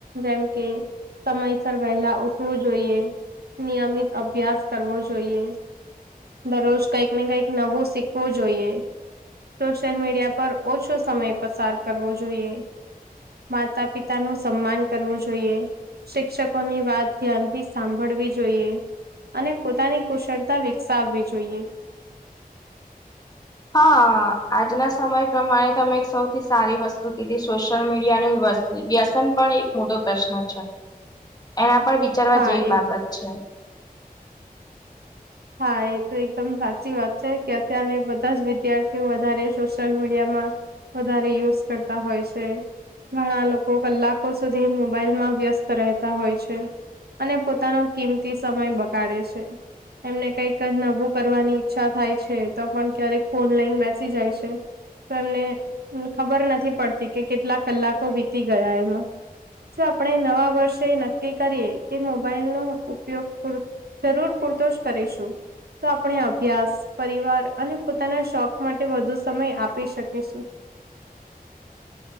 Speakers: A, on the right (about 85°); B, on the left (about 25°).
A: જેમ કે સમયસર વહેલા ઉઠવું જોઈએ નિયમિત અભ્યાસ કરવો જોઈએ દરરોજ કઈક ને કઈક નવું શીખવું જોઈએ. સોશિયલ મીડિયા પર ઓછો સમય પસાર કરવો જોઈએ. માતા પિતા નું સન્માન કરવું જોઈએ. શિક્ષકોની વાત ધ્યાનથી સાંભળવી જોઈએ. અને પોતાની કુશળતા વિકસાવવી જોઈએ.
B: હા આજના સમય પ્રમાણે તમે એક સૌથી સારી વસ્તુ કીધી સોશિયલ મીડિયાનું વશ વ્યસન પણ એક મોટો પ્રશ્ન છે એના પર વિચારવા
A: હા
B: જેવી
A: એ
B: બાબત છે.
A: હા એ તો એકદમ સાચી વાત છે કે અત્યારે બધા જ વિદ્યાર્થીઓ વધારે સોશિયલ મીડિયામાં વધારે યુઝ કરતા હોય છે. ઘણા લોકો કલાકો સુધી મોબાઈલ માં વ્યસ્ત રહેતા હોય છે. અને પોતાનો કિંમતી સમય બગાડે છે. એમને કઈક નવુ કરવાની ઈચ્છા થાય છે તો પણ ક્યારેક ફોન લઈન બેસી જાય છે. તો એમને ખબર નથી પડતી કે કેટલા કલાકો વીતી ગયા એમાં જો આપણે નવા વર્ષે નક્કી કરીએ કે મોબાઈલ નો ઉપયોગ પૂરો જરૂર પૂરતો જ કરીશું. તો આપણે અભ્યાસ પરિવાર અને પોતાના શોખ માટે વધુ સમય આપી શકીશું. <inaudible>